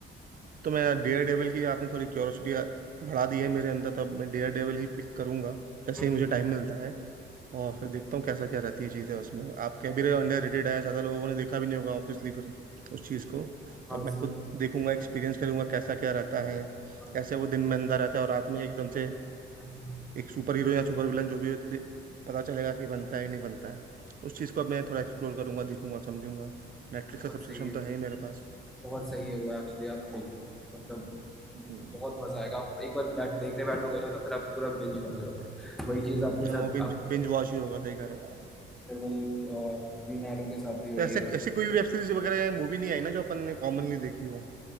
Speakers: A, on the right (about 45°); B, in the centre.
A: तो मैं डेयर डेविल की आपने थोड़ी क्यूरियोसिटी बढ़ा दी है मेरे अंदर तब मैं डेयर डेविल ही पिक करूंगा जैसे
B: हम्म।
A: ही मुझे टाइम मिलता है और फिर देखता हूँ कैसा क्या रहती है चीज़ें उसमें आप कह भी रहे हो अंडर रेटेड है ज़्यादा लोगों ने देखा भी नहीं होगा ऑब्वियसली फिर उस चीज़ को
B: हाँ
A: तब मैं
B: जरूर
A: खुद देखूंगा एक्सपीरियंस करूंगा कैसा क्या रहता है
B: हाँ
A: कैसे वो दिन में अंदर रहता है और रात में एकदम से
B: हम्म,
A: एक सुपर हीरो या सुपर विलन जो भी हो, दे- पता चलेगा कि बनता है या नहीं बनता है उस चीज़ को अब मैं थोड़ा एक्सप्लोर करूंगा देखूंगा समझूंगा नेटफ्लिक्स
B: बहुत
A: का सब्सक्रिप्शन
B: सही है
A: तो है ही मेरे पास
B: बहुत सही है वो एक्चुअली आप देखो मतलब
A: हम्म,
B: बहुत मजा आएगा आप एक बार बैठ देखने बैठोगे ना तो फिर आप पूरा बिंज कर जाओगे वही चीज आपके
A: हाँ,
B: साथ
A: वो बिंज
B: आप
A: बिंज वॉच ही होगा सही कह रहे हो
B: फिर वही ग्रीन एरो के साथ भी वही
A: तो ऐसे
B: है
A: ऐसी कोई भी वेब सीरीज वगैरह या मूवी नहीं आई ना जो अपन ने कॉमनली देखी हो